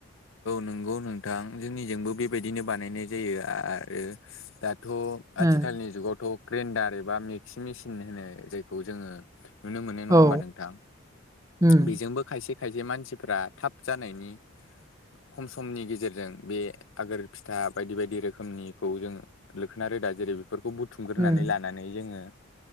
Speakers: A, on the left; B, on the right.
A: नोंगौ नोंथां जोंनिजोंबो बेबायदिनो बानायनाय जायो आरो दाथ' आथिखालनि
B: ओ
A: जुगावथ' ग्रेन्डार एबा मिक्सि मेसिन होनो जायखौ जोङो नुनो मोनो नङा
B: औ
A: होमबा नोंथां
B: उम
A: बेजोंबो खायसे खायसे मानसिफ्रा थाब जानायनि खम समनि गेजेरजों बे आगोर फिथा बायदि बायदि रोखोमनिखौ जों लोखोना रोदा जेरै बेफोरखौ बुथुमग्रोनानै
B: उम
A: लानानै जोङो